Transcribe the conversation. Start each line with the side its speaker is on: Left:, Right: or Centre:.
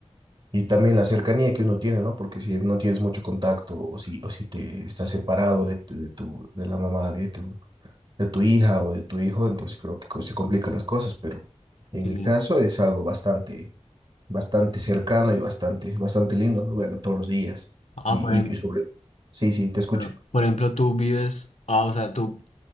Right: Y también la cercanía que uno tiene, ¿no? Porque si no tienes mucho contacto o si, o si te estás separado de, tu- de, tu, de la mamá de tu, de tu hija o de tu hijo, entonces creo que co- se complican las cosas, pero en
Left: Sí.
Right: mi caso es algo bastante bastante cercano y bastante, bastante lindo, ¿no? Verlo todos los días.
Left: Ah,
Right: Y,
Left: por,
Right: y, y sobre... Sí, sí, te escucho.
Left: Claro. Por ejemplo, tú vives, ah, o sea, tú,